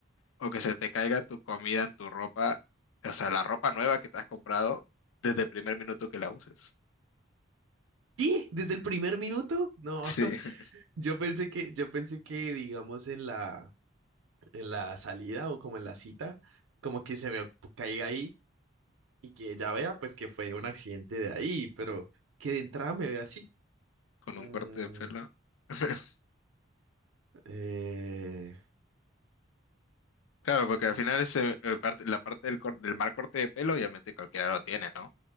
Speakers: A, on the left; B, on the right.
A: ¿O que se te caiga tu comida en tu ropa, o sea, la ropa nueva que te has comprado desde el primer minuto que la uses?
B: ¿Y? ¿Desde el primer minuto? No,
A: Sí,
B: <laughs>
A: <laughs>
B: yo pensé que, yo pensé que, digamos, en la, en la salida o como en la cita, como que se me caiga ahí y que ya vea, pues, que fue un accidente de ahí, pero que de entrada me vea así.
A: con
B: Mm,
A: un corte de pelo. <laughs>
B: eh,
A: Claro, porque al final ese, eh, parte- la parte del, cor- del mal corte de pelo, obviamente cualquiera lo tiene, ¿no?